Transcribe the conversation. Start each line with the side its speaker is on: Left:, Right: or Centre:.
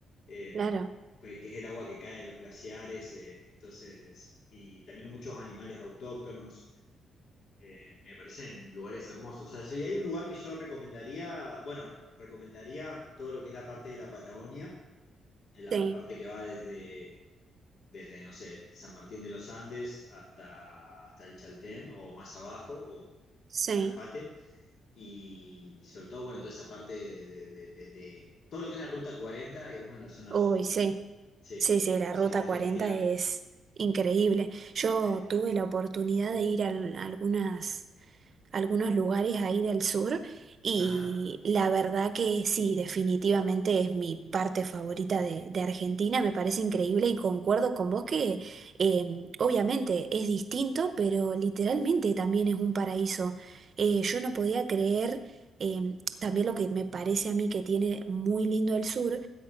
Left: eh,
Right: claro,
Left: que que es el agua que cae de los glaciares, eh, entonces, y también muchos animales autóctonos, eh, me parecen lugares hermosos. O sea, si hay un lugar que yo recomendaría, bueno, recomendaría todo lo que es la parte de la Patagonia, en la
Right: sí,
Left: parte que va desde, desde, no sé, San Martín de los Andes hasta, hasta el Chaltén o más abajo o,
Right: sí.
Left: o Calafate. Y sobre todo, bueno, toda esa parte de, de- de- de- de- todo lo que es la Ruta 40, digamos, en la zona
Right: Uy,
Left: sur.
Right: sí.
Left: Sí,
Right: Sí, sí, la
Left: sí,
Right: Ruta
Left: definitivamente.
Right: cuarenta es increíble. Yo
Left: Sí.
Right: tuve la oportunidad de ir a al- algunas, algunos lugares ahí del sur y
Left: Ajá.
Right: la verdad que sí, definitivamente es mi parte favorita de, de Argentina. Me parece increíble y concuerdo con vos que eh, obviamente es distinto, pero literalmente también es un paraíso. Eh, yo no podía creer eh, también lo que me parece a mí que tiene muy lindo el sur